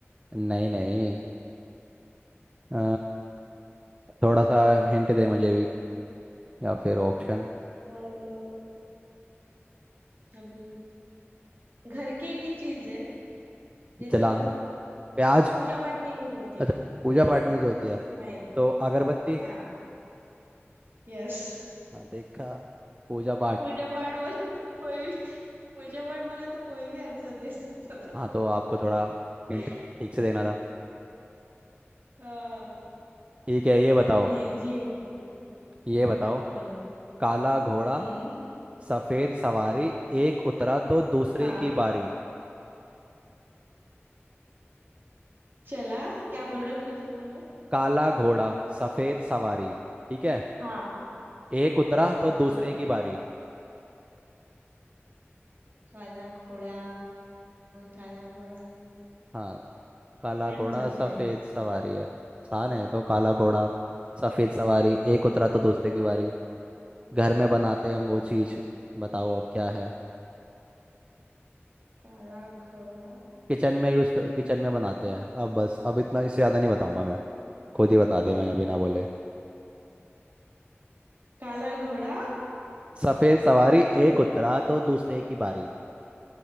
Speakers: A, on the right (about 25°); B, on the right (about 50°).
A: नहीं नहीं अ, थोड़ा सा हिंट दे मुझे भी या फिर ऑप्शन
B: और अभी घर की की चीज है जैसे
A: जला
B: वो
A: प्याज
B: पूजा पाठ में यूज होती
A: अच्छा
B: है
A: पूजा पाठ में यूज होती है
B: नहीं
A: तो अगरबत्ती
B: हाँ यस <laughs>
A: हाँ देखा पूजा पाठ
B: पूजा पाठ बोला तो कोई भी पूजा पाठ बोला तो कोई भी आंसर दे सकता था
A: हाँ तो आपको थोड़ा हिंट
B: <laughs>
A: ठीक से देना था
B: हाँ
A: ठीक है ये बताओ
B: मैंने भी इजी हिंट दिया हम्म
A: ये बताओ
B: बोलो
A: काला घोड़ा
B: हम्म
A: सफेद सवारी एक उतरा तो दूसरे
B: हाँ
A: की बारी
B: चला क्या बोल रहे हो फिर से बोलो
A: काला घोड़ा सफेद सवारी ठीक है
B: हाँ
A: एक उतरा
B: अच्छा
A: तो दूसरे
B: हाँ
A: की बारी
B: काला घोड़ा काला घोड़ा
A: हाँ काला
B: क्या
A: घोड़ा
B: हो सकता
A: सफेद
B: है
A: सवारी है आसान है तो काला घोड़ा सफेद सवारी एक उतरा तो दूसरे की बारी घर में बनाते हैं हम वो
B: इसमें
A: चीज बताओ अब क्या है
B: काला घोड़ा
A: किचन में यूज किचन में बनाते हैं अब बस अब इतना इससे ज्यादा नहीं बताऊंगा मैं खुद ही बता दिया मैंने बिना बोले
B: काला घोड़ा तो
A: सफेद सवारी
B: फिर
A: एक
B: वो-
A: उतरा तो दूसरे की बारी